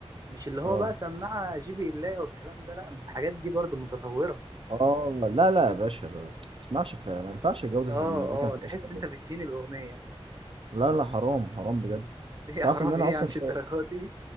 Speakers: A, on the right (about 35°); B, on the right (about 60°).
A: مش اللي هو
B: اه
A: بقى سماعه جي بي اللاب والكلام ده لا ما الحاجات دي برضو متطوره
B: اه لا لا يا باشا لا. ما تسمعش ف- ما ينفعش جودة
A: اه
B: المزيكا ما تبقاش
A: اه تحس
B: حلوة
A: انت بتهين الاغنيه
B: لا لا حرام حرام بجد
A: <laughs> ايه يا
B: تعرف
A: حرام
B: ان انا
A: ايه
B: اصلا
A: يا عم، مش
B: شا...
A: الدرجات دي